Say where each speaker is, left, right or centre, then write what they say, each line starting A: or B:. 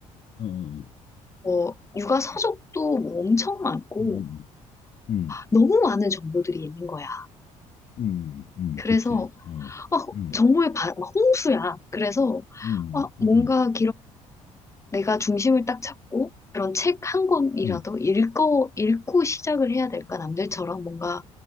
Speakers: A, on the left; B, on the left.
A: 음, 어, 음,
B: 어, 육아 서적도 뭐 엄청 많고,
A: 음, 음,
B: 너무 많은 정보들이 있는 거야.
A: 음, 음, 음,
B: 그래서,
A: 그치. 어,
B: 아,
A: 음,
B: 정보의 바, 막 홍수야. 그래서,
A: 음,
B: 아, 뭔가
A: 음, 음,
B: 내가 중심을 딱 잡고 그런 책 한 권이라도
A: 음,
B: 읽고, 읽고 시작을 해야 될까? 남들처럼 뭔가